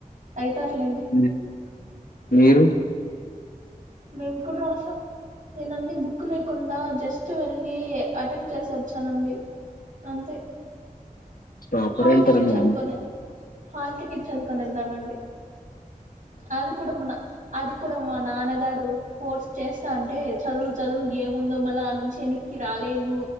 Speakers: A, on the right (about 60°); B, on the left (about 75°).
A: అయితర్లేండి
B: ఉమ్. మీరు
A: మేము కూడా రసాం, నేను అన్ని బుక్ లేకుండా జస్ట్ వెళ్ళి అటెంప్ట్ చేస వచ్చానండి అంతే
B: టాపర్
A: హల్
B: అంటారు
A: తికేట్
B: మీరు
A: చదువుకొనే
B: అందుకే.
A: హాల్టికిట్ చదువుకని వెళ్దామండి అది కూడా మన అది కూడా మా నాన్నగారు రూ ఫోర్స్ చేస్తంటే చదువు చదువు ఏముందో మళ్ళా ఆడ్ నుంచి ఎనక్కి రాలేము